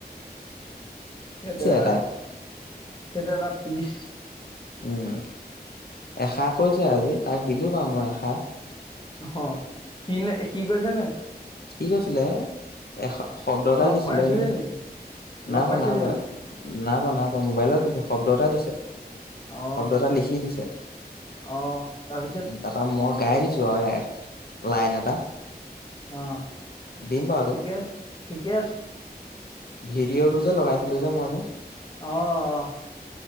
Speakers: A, on the left (about 25°); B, on the left (about 65°).
A: সেইটো এটা
B: এটাই
A: সেইটো এটা তিছ
B: উম, এষা কৈছে আজি তাক দিলো বাৰু মই এষা।
A: ন হ সিলে সি গৈছে নাই?
B: কি কৈছিলে? এ, শব্দ এটা
A: লগ
B: দিছিলে
A: পাইছিলি
B: সি।
A: নি
B: নাই
A: লগ পাইছিলি
B: পোৱা নাই পোৱা
A: মানে?
B: নাই পোৱা নাই পোৱা মোবাইলত দিছে শব্দ এটা দিছে।
A: অঁ
B: শব্দ এটা লিখি দিছে।
A: অঁ তাৰপিছত
B: তাৰপৰা মই গাই দিছো আও এখ লাইন এটা।
A: অঁ
B: দিম বাৰু।
A: ঠিকে আছে ঠিকে আছে
B: ভিডিঅটো যে লগাইছিলো যে মই নু।
A: অ', অহ।